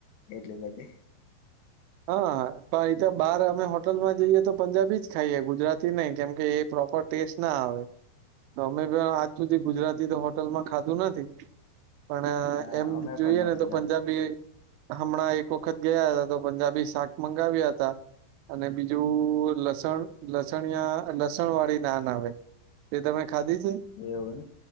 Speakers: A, on the left; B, on the right.
A: એટલી બધી
B: હા હ પણ એ તો બાર અમે હોટલમાં જઈએ તો પંજાબી જ ખાઈએ ગુજરાતી નહી કેમકે એ પ્રોપર ટેસ્ટ ના આવે તો અમે આજ સુધી ગુજરાતી તો હોટલ માં ખાધું નથી પણ
A: હા
B: એમ
A: અમે
B: જોઈ
A: પણ
B: એને
A: નથી
B: તો
A: ખાતું
B: પંજાબી હમણાં એક વખત ગયા હતા તો પંજાબી શાક મંગાવ્યા હતા અને બીજું લસણ લસણયા લસણ વાળી નાન આવે તે તમે ખાધી છે?
A: એવું